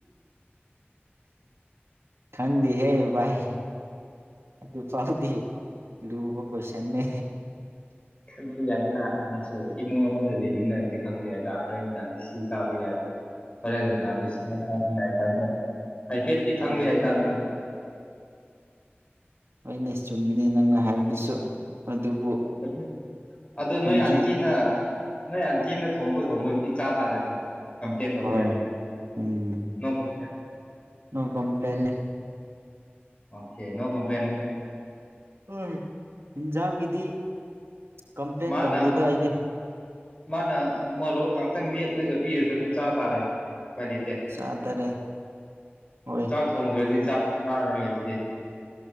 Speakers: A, on the right; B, on the left.
A: ꯈꯪꯗꯤ ꯍꯦ ꯏ ꯑꯗꯤ ꯐꯥꯎꯗꯤ ꯂꯕ ꯀꯣꯏꯁꯟꯃꯦ
B: ꯈꯪꯕ ꯌꯥꯏꯗ ꯅꯪꯁꯨ ꯏꯃꯨꯡ ꯑꯃꯗ ꯂꯩꯃꯤꯟꯅꯔꯗꯤ ꯈꯪꯕ ꯌꯥꯏꯗ ꯍꯣꯔꯦꯟ ꯅꯨꯡꯗꯥꯡꯗꯤ ꯁꯤ ꯆꯥꯕ ꯌꯥꯏ ꯍꯣꯔꯦꯥꯟ ꯅꯨꯡꯗꯥꯡꯗꯤ <inaudible> ꯍꯥꯏꯐꯦꯠꯇꯤ
A: ꯑ
B: ꯈꯪꯕ ꯌꯥꯏꯗ ꯅꯪꯁꯨ
A: ꯍꯣꯏꯅꯦ ꯆꯨꯝꯃꯤꯅꯦ ꯅꯪꯅ ꯍꯥꯏꯕꯗꯨꯁꯨ ꯑꯗꯨꯕꯨ
B: ꯑꯗꯨ ꯑꯗꯨ ꯅꯣꯏ
A: ꯑꯟꯇꯤ
B: ꯑꯟꯇꯤꯅ ꯅꯣꯏ ꯑꯟꯇꯤꯅ ꯊꯣꯡꯕ ꯊꯣꯡꯕꯒꯤ ꯆꯥ ꯇꯥꯔꯦꯗꯣ ꯀꯝꯄ꯭ꯂꯦꯟ ꯇꯧꯕꯤ
A: ꯍꯣꯏ
B: ꯌꯥꯗꯦ
A: ꯎꯝ
B: ꯅꯣ ꯀꯝꯄ꯭ꯂꯦꯟ
A: ꯅꯣ ꯀꯝꯄ꯭ꯂꯦꯟ
B: ꯑꯣꯀꯦ ꯅꯣ ꯀꯝꯄ꯭ꯂꯦꯟ
A: ꯎꯏ ꯏꯟꯖꯥꯡꯒꯤ ꯗꯤ ꯀꯝꯄ꯭ꯂꯦꯟ
B: ꯃꯥꯅ
A: ꯇꯧꯗꯦꯗ ꯑꯩꯗꯤ
B: ꯃꯥꯅ ꯃꯣꯔꯣꯛ ꯉꯥꯛꯇꯪ ꯃꯦꯠꯂꯒ ꯄꯤꯔꯁꯨ ꯑꯗꯨꯝ ꯆꯥ ꯇꯥꯔꯦ ꯎꯄꯥꯏ ꯂꯩꯇꯦ
A: ꯆꯥꯇꯔꯦ ꯍꯣꯏ
B: ꯆꯥꯛ ꯊꯣꯡꯗ꯭ꯔꯗꯤ ꯆꯥꯛ ꯆꯥꯔꯔꯣꯏ ꯑꯗꯨꯗꯤ